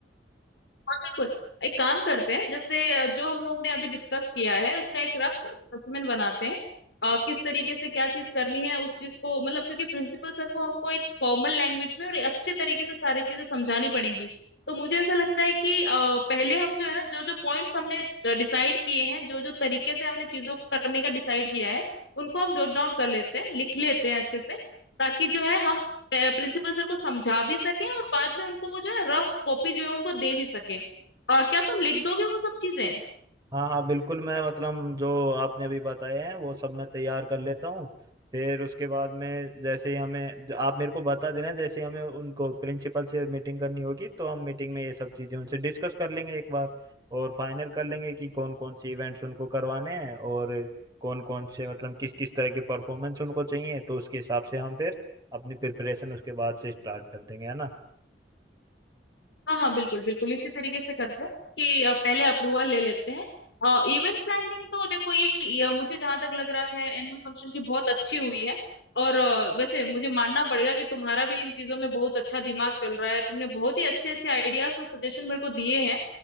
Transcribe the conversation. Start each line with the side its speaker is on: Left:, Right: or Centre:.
Left: और बिल्कुल एक काम करते हैं जैसे अ, जो हम लोग ने अभी डिस्कस किया है उसका एक रफ स्पेसिमेन बनाते हैं अ, किस तरीके से क्या चीज करनी है उस चीज को मतलब क्योंकि प्रिंसिपल सर को हमको एक कॉमन लैंग्वेज में और एक अच्छे तरीके से सारी चीजें समझानी पड़ेंगी तो मुझे ऐसा लगता है कि अ, पहले हम जो है ना जो जो पॉइंट्स हमने डिसाइड किए हैं जो जो तरीके से हमने चीजों को करने का डिसाइड किया है उनको हम नोट डाउन कर लेते हैं लिख लेते हैं अच्छे से ताकि जो है हम प्रिंसिपल सर को समझा भी सकें और बाद में उनको वो जो है रफ कॉपी जो है उनको दे भी सकें अ, क्या तुम लिख दोगे वो सब चीजें
Right: हाँ हाँ बिल्कुल मैं मतलब जो आपने अभी बताए हैं वो सब मैं तैयार कर लेता हूँ फिर उसके बाद में जैसे ही हमें ज- आप मेरे को बता देना जैसे ही हमें उनको प्रिंसिपल से मीटिंग करनी होगी तो हम मीटिंग में ये सब चीज़ें उनसे डिस्कस कर लेंगे एक बार और फाइनल कर लेंगे कि कौन कौन से इवेंट्स उनको करवाने हैं और कौन कौन से मतलब किस किस तरह की परफॉर्मेंस उनको चाहिए तो उसके हिसाब से हम फिर अपनी प्रिपरेशन उसके बाद से स्टार्ट कर देंगे है ना
Left: हाँ हाँ बिल्कुल बिल्कुल इसी तरीके से करते हैं कि अ, पहले अप्रूवल ले लेते हैं इवेंट प्लानिंग तो देखो ये, ये मुझे जहां तक लग रहा है एनुअल फंक्शन की बहुत अच्छी हुई है और अ, वैसे मुझे मानना पड़ेगा कि तुम्हारा भी इन चीजों में बहुत अच्छा दिमाग चल रहा है तुमने बहुत ही अच्छे अच्छे आइडियाज और सजेशन मेरे को दिए हैं